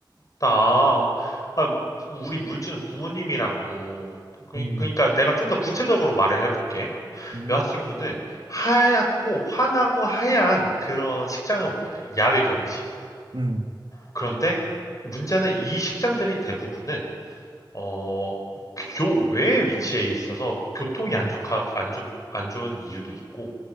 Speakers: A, on the left; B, on the right.
A: 나, 아, 우리 물주는 부모님이라고. 그-
B: 음.
A: 그러니까 내가 좀 더 구체적으로 말을 해볼게.
B: 응?
A: 여자친구는 하얗고 환하고 하얀 그런 식장을 원해. 야외 결혼식.
B: 응,
A: 그런데 문제는 이 식장들이 대부분은 어, 교외에 위치해 있어서 교통이
B: 응,
A: 안 좋가 안 좋, 안 좋은 이유도 있고